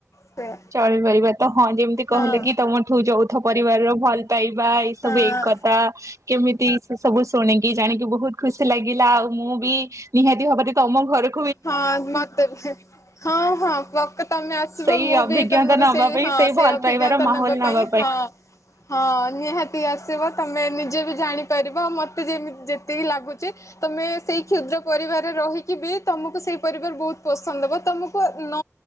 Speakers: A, on the left (about 80°); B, on the right (about 85°).
A: ସେୟା।
B: ଚଳିପାରିବା ତ ହଁ ଯେମିତି କହିଲେ
A: ହଁ
B: କି ତମଠୁ ଯୌଥ ପରିବାରର ଭଲ ପାଇ ବା ଏଇ ସବୁ
A: ହଁ
B: ଏକତା କେମିତି ସେ ସବୁ ଶୁଣିକି ଜାଣିକି ବହୁତ ଖୁସି ଲାଗିଲା ଆଉ ମୁଁ ବି ନିହାତି ଭାବରେ ତମ ଘର
A: ହଁ ମତେ ବି ହଁ ହଁ ପକା ତମେ ଆସିବ
B: ସେଇ
A: ମୁଁ
B: ଅଭିଜ୍ଞତା
A: ବି ତମକୁ
B: ନବା
A: ସେଇ
B: ପାଇଁ
A: ହଁ ସେଇ
B: ଭଲ
A: ଅଭିଜ୍ଞତା
B: ପାଇବାର ମାହୋଲ
A: ନେବା ପାଇଁ
B: ନବା
A: ହଁ ହଁ ନିହାତି ଆ ଆସିବ ତମେ ନିଜେ ବି ଜାଣିପାରିବ ମତେ ଯେମି ଯେତିକି ଲାଗୁଛି ତମେ ସେଇ କ୍ଷୁଦ୍ର ପ ରିବାରରେ ରହିକିବି ତମକୁ ସେଇ ପରିବାର ବହୁତ ପସନ୍ଦ ହବ ତମକୁ ନ